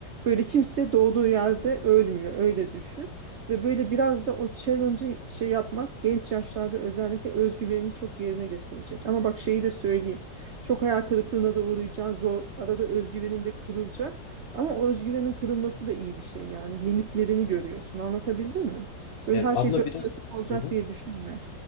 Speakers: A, on the right (about 85°); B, on the left (about 65°).
A: Böyle kimse doğduğu yerde ölmüyor. Öyle düşün. Ve böyle biraz da o challenge'ı şey yapmak genç yaşlarda özellikle özgüvenini çok yerine getirecek. Ama bak şeyi de söyleyeyim. Çok hayal kırıklığına da uğrayacaksın. Zor, arada özgüvenin de kırılacak. Ama o özgüvenin kırılması da iyi bir şey yani limitlerini görüyorsun anlatabildim mi? Böyle
B: Evet
A: her şey
B: abla
A: dört
B: biraz
A: dörtlük olacak
B: Hı hı.
A: diye düşünme.